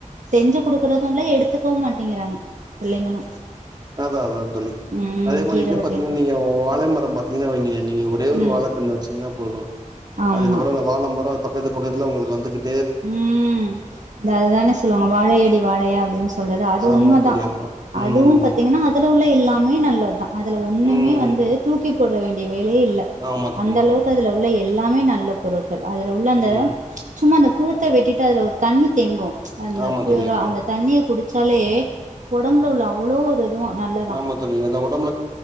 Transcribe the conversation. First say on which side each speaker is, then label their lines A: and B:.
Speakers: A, on the right; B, on the right.
A: செஞ்சு குடுக்கறதும் இல்ல எடுத்துக்கவும் மாட்டேங்கிறாங்க பிள்ளைங்களு
B: அதா அதா தோழி
A: ம்
B: அதே மாரி
A: கீர
B: இது
A: வகைகள்
B: பாத்தீங்க நீங்க வாழை மரம் பாத்தீங்கன்னா வெய்ங்க நீங்க ஒரே ஒரு
A: ம்
B: வாழைக்கன்னு வச்சீங்கன்னா போதும்
A: ஆமா
B: அதுக்கப்புறம் அந்த வாழமரம் பக்கத்து பக்கத்துல உங்களுக்கு வந்துகிட்
A: உம் இந்த அததானே சொல்லுவாங்க வாழையடி வாழையா அப்டின்னு சொல்றது அது
B: ஆமா
A: உண்மதா
B: தோழி ஆமா ம்
A: அதுவும் பாத்தீங்கன்னா அதுல உள்ள எல்லாமே நல்லத் தா அதுல ஒண்ணுமே
B: ம்
A: வந்து தூக்கி போட வேண்டிய வேலயே இல்ல
B: ஆமா தோழி
A: அந்த அளவுக்கு
B: ஆமா
A: அதுல உள்ள எல்லாமே நல்ல பொருட்கள் அதுல உள்ள அந்த
B: ம்
A: சும்மா அந்த குருத்த வெட்டிட்டு அதுல ஒரு தண்ணி தேங்கும் அந்த
B: ஆமா
A: ப்யூரா
B: தோழி ஆமா
A: அந்த தண்ணிய குடிச்சாலே உடம்புல உள்ள அவ்ளோ ஒரு இதுவா நல்லதா
B: ஆமா தோழி அந்த உடம்புல